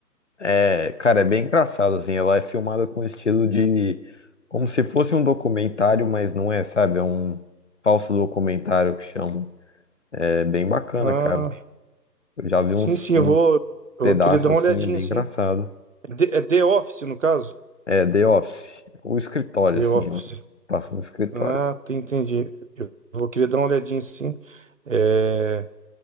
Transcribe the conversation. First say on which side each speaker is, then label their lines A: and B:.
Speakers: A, on the left (about 50°); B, on the right (about 50°).
A: é, cara, é bem engraçado, assim, ela é filmada com estilo de, como se fosse um documentário, mas não é, sabe? É um falso documentário que chamam. É bem bacana,
B: Ah,
A: cara. Eu já vi
B: sim,
A: uns,
B: sim,
A: uns
B: eu vou, eu
A: pedaços
B: vou querer dar
A: assim,
B: uma olhadinha,
A: é bem
B: sim.
A: engraçado.
B: É The, é The Office, no caso?
A: É, The Office. O escritório,
B: The
A: assim,
B: Office.
A: ó. Passa no escritório.
B: Ah, te- entendi. Eu vou querer dar uma olhadinha sim. É,